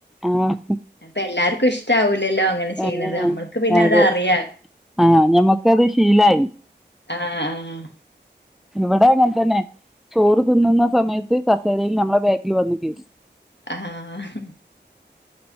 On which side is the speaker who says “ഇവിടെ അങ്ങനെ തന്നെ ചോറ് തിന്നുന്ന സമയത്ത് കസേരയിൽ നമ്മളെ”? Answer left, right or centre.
Centre